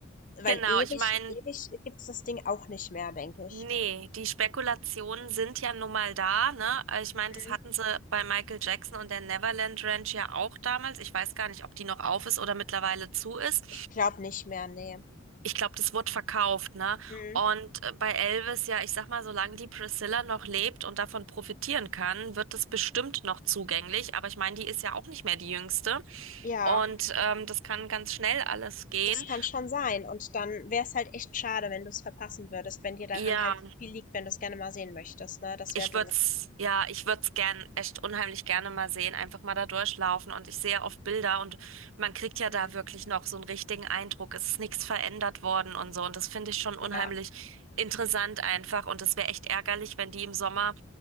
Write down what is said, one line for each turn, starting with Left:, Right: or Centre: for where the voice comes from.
Left: Weil
Right: genau,
Left: ewig,
Right: ich meine,
Left: ewig gibt's das Ding auch nicht mehr, denke ich.
Right: nee, die Spekulationen sind ja nun mal da, ne? Also Ich meine,
Left: Mhm.
Right: das hatten sie bei Michael Jackson und der Neverland Ranch ja auch damals. Ich weiß gar nicht, ob die noch auf ist oder mittlerweile zu ist.
Left: Ich glaube nicht mehr, nee.
Right: ich glaube, das wird verkauft, ne?
Left: Mhm.
Right: Und äh, bei Elvis, ja, ich sag mal, solange die Priscilla noch lebt und davon profitieren kann, wird das bestimmt noch zugänglich. Aber ich meine, die ist ja auch nicht mehr die Jüngste.
Left: Ja,
Right: Und ähm, das kann ganz schnell alles gehen.
Left: das kann schon sein. Und dann wäre es halt echt schade, wenn du es verpassen würdest, wenn dir daran
Right: Ja,
Left: halt so viel liegt, wenn du es gerne mal sehen möchtest, ne? Das
Right: Ich
Left: wäre doof.
Right: würd's, ja, ich würd's gern, echt unheimlich gerne mal sehen, einfach mal da durchlaufen. Und ich sehe ja oft Bilder und man kriegt ja da
Left: Mhm.
Right: wirklich noch so einen richtigen Eindruck. Es ist nichts verändert worden und so. Und das finde ich schon unheimlich
Left: Ja,
Right: interessant einfach. Und es wäre echt ärgerlich, wenn die im Sommer